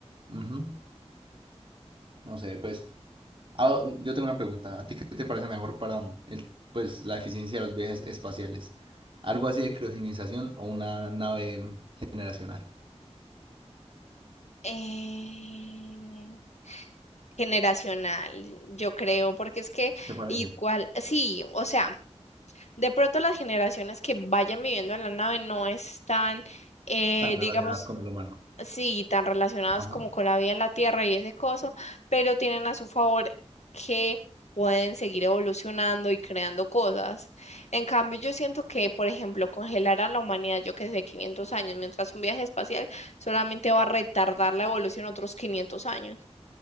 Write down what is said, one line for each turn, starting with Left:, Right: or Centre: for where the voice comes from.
Right: ujú, No sé, pues. Ah, yo tengo una pregunta. ¿A ti qué te parece mejor para mm, el, pues, la eficiencia de los viajes espaciales? ¿Algo así de criogenización o una nave generacional?
Left: Eh, generacional, yo creo, porque es que
Right: ¿Te parece
Left: igual, sí, o sea, de pronto las generaciones que vayan viviendo en la nave no están, eh,
Right: Tan relacionadas
Left: digamos,
Right: con el humano.
Left: sí, tan relacionados
Right: Ajá.
Left: como con la vida en la Tierra y ese coso, pero tienen a su favor que pueden seguir evolucionando y creando cosas. En cambio, yo siento que, por ejemplo, congelar a la humanidad, yo que sé, 500 años, mientras un viaje espacial solamente va a retardar la evolución otros 500 años.